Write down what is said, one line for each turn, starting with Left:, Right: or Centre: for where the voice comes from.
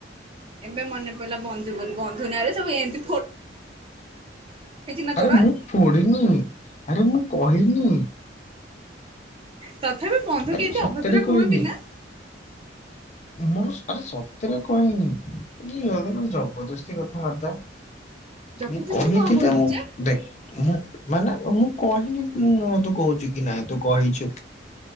Right: ଏବେ ମନେପଇଲା ବନ୍ଧୁ ବୋଲି ବନ୍ଧୁ ନାଁରେ ସବୁ ଏମତି ନା ତୋର
Left: ଆରେ ମୁଁ ଫୋଡି ନି ଆରେ ମୁଁ କହିନି।
Right: ତଥାପି ବନ୍ଧୁକୁ
Left: ଆରେ ମୁଁ
Right: ଏମତି
Left: ସତରେ
Right: ଅଭଦ୍ର
Left: କହିନି।
Right: କୁହନ୍ତି ନା।
Left: ମୁଁ ଆରେ ସତରେ କହିନି କି ଅ ଜବରଦସ୍ତି କଥାବାର୍ତ୍ତା।
Right: ଜବରଦସ୍ତି
Left: ମୁଁ କହିଥିଲେ
Right: କଣ କହିଲି
Left: ମୁଁ
Right: ଯେ
Left: ଦେଖ ମୁଁ ମାନେ ମୁଁ କହିନି ଉଁ ତୁ କହୁଚୁ କି ନାଇଁ ତୁ କହିଚୁ